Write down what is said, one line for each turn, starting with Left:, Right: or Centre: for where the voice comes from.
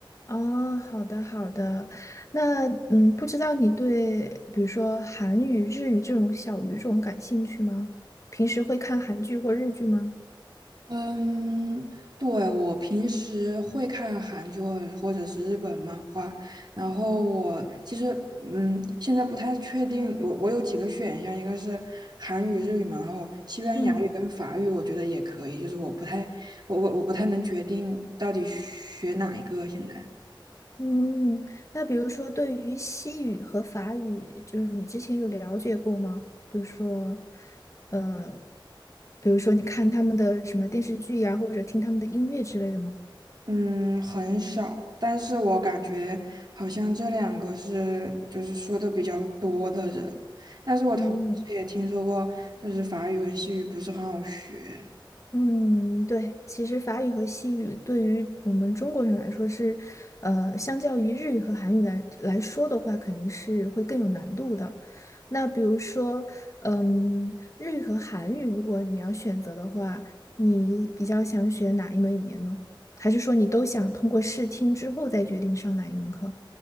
Left: 哦，好的，好的。那嗯，不知道你对比如说韩语、日语这种小语种感兴趣吗？平时会看韩剧或日剧吗？
Right: 嗯，对，我平时会看韩剧或者或者是日本漫画，然后我其实嗯现在不太确定，我我有几个选项，一个是韩语、日语嘛，然后西班牙语跟法语，
Left: 嗯
Right: 我觉得也可以，就是我不太我我我不太能决定到底学哪一个现在。
Left: 嗯，那比如说对于西语和法语，就是你之前有了解过吗？比如说，呃，比如说你看他们的什么电视剧呀、或者听他们的音乐之类的吗？
Right: 嗯，很少，但是我感觉好像这两个是就是说的比较多的人，但是我同时也听说过，
Left: 嗯。
Right: 就是法语跟西语不是很好学。
Left: 嗯，对，其实法语和西语对于我们中国人来说是，呃，相较于日语和韩语来来说的话，肯定是会更有难度的。那比如说，嗯，日语和韩语，如果你要选择的话，你比较想学哪一门语言呢？还是说你都想通过试听之后再决定上哪一门课？